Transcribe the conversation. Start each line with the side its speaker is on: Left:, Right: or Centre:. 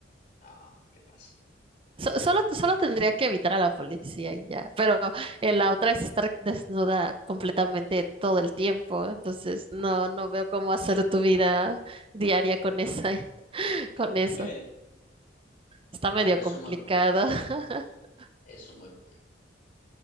Left: Ah, ¿qué pasó?
Right: So- solo, solo tendría que evitar a la policía y ya. Pero eh, la otra es estar desnuda completamente todo el tiempo. Entonces, no, no veo cómo hacer tu vida diaria con esa, <laughs> con eso.
Left: Eh,
Right: Está medio
Left: Bueno, es
Right: complicado.
Left: un buen punto, es un
Right: <laughs>
Left: buen punto, es un buen punto.